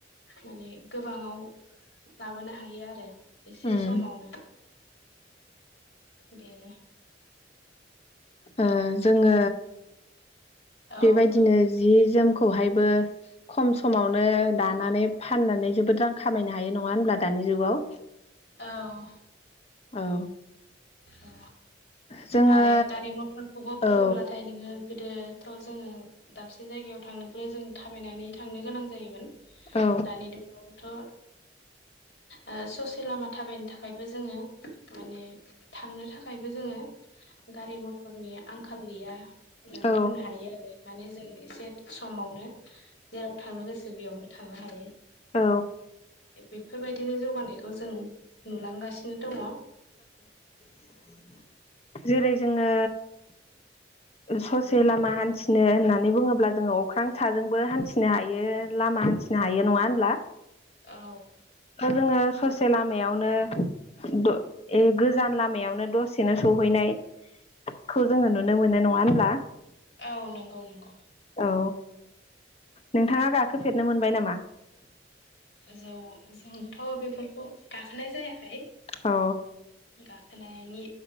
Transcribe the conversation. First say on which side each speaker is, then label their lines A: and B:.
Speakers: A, on the left; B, on the left.
A: माने गोबाङाव लाबोनो हायो आरो।
B: उम
A: एसे समावनो बेनो ।
B: ओ जोङो
A: औ
B: बेबायदिनो जि जोमखौ हायबो ख'म समावनो दानानै फाननानै जोबोद रां खामायनो हायो नङा होनब्ला दानि जुगाव।
A: औ।
B: औ
A: औ
B: जोङो
A: आरो गारि मथरखौबो बुङोब्लाथाय
B: औ
A: नोङो गोदोथ' जोङो दाबसे जायगायाव थांनोब्ला जों थाबायनानै थांनो गोनां जायोमोन
B: औ
A: दानि दु <inaudible> थ' ओ सस लामा थाबायनो थाखायबो जोङो माने थांनो थाखायबो जोङो गारि मथरनि आंखाल गैया होननानै
B: औ
A: बुंनो हायो आरो माने जों एसे समावनो जेराव थांनो गोसो बेयावनो थांनो हायो
B: औ
A: बेफोरबायदिनो जौगानायखौ जों नुलांगासिनो दङ।
B: <inaudible> जेरै' जोङो ससे लामा हान्थिनो होननानै बुङोब्ला जोङो अख्रां साजोंबो हान्थिनो हायो लामा हान्थि नो हायो नङा होनब्ला
A: औ
B: दा जोङो ससे लामायावनो द ए गोजान लामायावनो दसेनो सहैनाय खौ जोङो नुनो मोननाय नङा होनब्ला।
A: औ नंगौ नंगौ।
B: औ नोंथाङा गाखोफेरनो मोनबाय नामा?
A: जौ जोंथ' बेफोरखौ गाखोनाय जायाखै
B: औ
A: गाखो नायनि